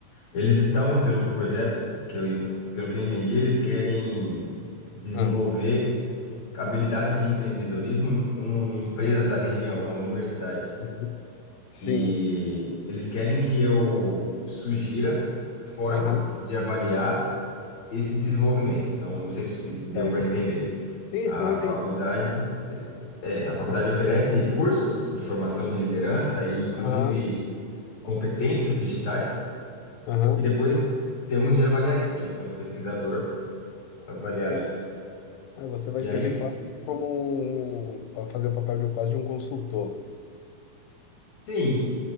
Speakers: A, on the left; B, on the left.
A: eles estão pelo projeto que eu, pelo que eu entendi, eles querem desenvolver
B: Ah,
A: habilidades de empreendedorismo com empresas da região, é a universidade.
B: uhum. Sim.
A: E eles querem que eu sugira formas
B: Aham.
A: de avaliar esse desenvolvimento. Então, não sei se deu
B: Certo.
A: para entender.
B: Sim,
A: A
B: se não entendi.
A: faculdade, é, então, a faculdade oferece cursos de formação de liderança e, inclusive,
B: Aham.
A: competências digitais.
B: Aham.
A: E depois temos de avaliar isso aí, enquanto pesquisador, avaliar
B: Sim.
A: isso.
B: É, você vai
A: E
B: servir
A: aí,
B: quase como um, para fazer o papel de quase de um consultor.
A: sim,